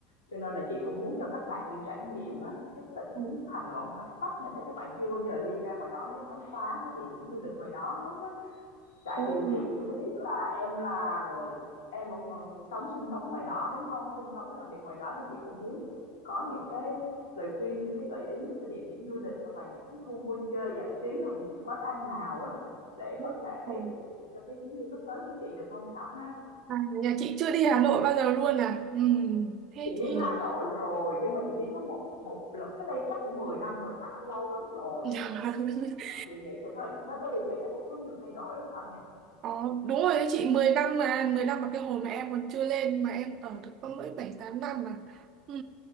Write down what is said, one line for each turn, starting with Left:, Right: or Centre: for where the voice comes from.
Left: cho nên là chị cũng muốn cho các bạn đi trải nghiệm á, các tỉnh
Right: Ừ.
Left: thành ở ngoài phía Bắc này, tại các bạn chưa bao giờ đi ra ngoài đó để khám phá các địa điểm du lịch ngoài đó hết á. Tại
Right: Ô,
Left: vì chị cũng biết là em là em ở ng sống sinh sống ngoài đó, đúng không Sinh sống và làm việc ngoài đó thì chị cũng muốn có những cái lời khuyên, những cái gợi ý, những cái địa điểm du lịch hoặc là những cái khu vui chơi giải trí hoặc là những cái quán ăn nào đó để
Right: ừ.
Left: có thể
Right: ừ.
Left: phục vụ cho cái chuyến đi sắp tới của chị, được không Thảo ha?
Right: à, nhà chị chưa đi Hà Nội bao giờ luôn à ừ. thế
Left: Chị
Right: thì
Left: đi Hà Nội rồi nhưng mà chị đi có một một lần cách đây chắc cũng 10 năm rồi Thảo, lâu lắm rồi.
Right: <laughs>
Left: Ờ, chị nghĩ từ thời điểm đó tới bây giờ chắc cũng có nhiều thay đổi lắm Thảo nhỉ?
Right: Ờ, đúng rồi đấy chị 10 năm mà mười năm mà cái hồi mà em còn chưa lên mà em ở được có mỗi 7 8 năm mà. Ừ.